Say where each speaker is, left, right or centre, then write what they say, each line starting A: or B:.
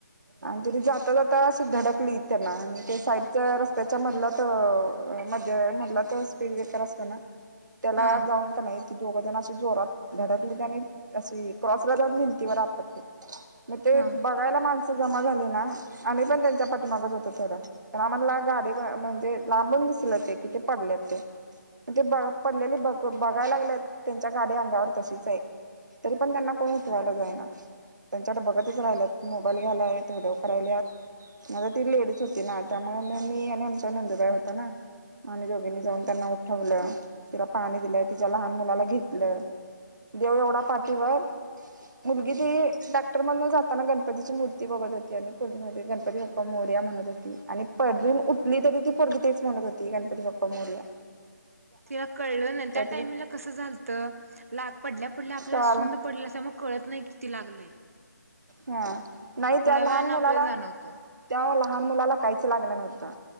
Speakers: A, on the right (about 75°); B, on the right (about 50°).
A: आणि त्यानी जाता जाताे धडकली त्यांना आणि ते साईडच्या रस्त्याच्या मधला मध्ये मधला तर स्पीड ब्रेकर असतना त्याला
B: हा
A: जाऊन नाही त जोघ जना अ जोरात धडकली आणि अशी क्रॉसराज भिंतीवर आपटली मग ते
B: हा
A: बघायला माणसं जमा झाली ना आणि पण त्यांच्या पाठीमागत होत थोडं पण आम्हाला गाडी म्हणजे लांबून दिसले ते कि ते पडले ते ते ब पडलेली ब बघायला लागले त्यांच्या गाडी अंगावर तशीच आहे तरी पण त्यांना कोण उठवायला जाईना त्यांच्याकडे बघतच राहिलं मोबाईल घ्यायला आहेत्हडओ करायले माझता ती लेडीच होती ना त्यामुळे म मी आणि आमचा नंदुबाई होता ना आणिने दोघींनी जाऊन त्यांना उठवलं तिला पाणी दिलं तिच्या लहान मुलाला घेतलं देव एवढा पाठीवर मुलगी ती डॅक्टरमधून जाताना गणपतीची मूर्ती बघत होती आणि पर्मध्ये गणपती ब पप्पा मोर्या म्हणत होती आणि पधून उठली तरी ती पग तेच म्हणत होती गणपती बाप्पा मोर्या
B: तिला कळलं ना त्या
A: तिझ
B: टाइमला कसं झालतं लाग पडल्या पडल्या आपल्याला
A: कळालं
B: सुंड पडले मग कळत नाही किती लागले
A: हा नाही तर लहान
B: वेळानं
A: मुलाला
B: आपल्याला जाणवतं
A: ते्हा लहान मुलाला काहीच लागलं नव्हतं